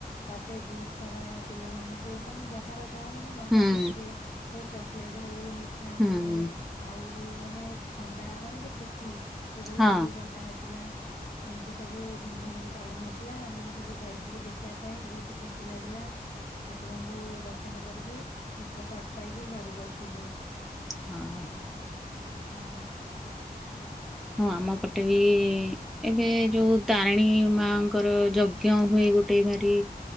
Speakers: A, on the left; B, in the centre.
A: ତାପରେ ବହୁତ ସାରା ପିଲାମାନଙ୍କୁ ମାନେ ଯାହାର ଯାହା ମାନେ ମନ
B: ହୁଁ
A: ଖୁସି ରେ ଏ ଚକଲେଟ୍ ହଉ ମିଠା
B: ହୁଁ
A: ହଉ, ଆଉ ମାନେ ଥଣ୍ଡା ମାନେ ଯୋଉ ଫୁଟି ସେଇରା
B: ହଁ
A: ବି ସବୁ ବଣ୍ଟା ହେଇଥିଲା। ଏମିତି ସବୁ ଧୁମଧାମ ରେ ପାଳନ ହେଇଥିଲା, ଆମେ ବି ସବୁ ଯାଇଥିଲୁ ଦେଖିବା ପାଇଁ ବହୁତ ଖୁସି ଲାଗିଲା। ଠାକୁରଙ୍କୁ ଦର୍ଶନ କରିକି ପ୍ରସାଦ ପାଇକି ଘରକୁ ଆସିଥିଲୁ।
B: ହଁ।
A: ହଁ।
B: ହଁ ଆମ ପଟେ ବି ଏବେ ଯୋଉ ତାରିଣୀ ମାଙ୍କର ଯଜ୍ଞ ହୁଏ ଗୋଟେ ଭାରି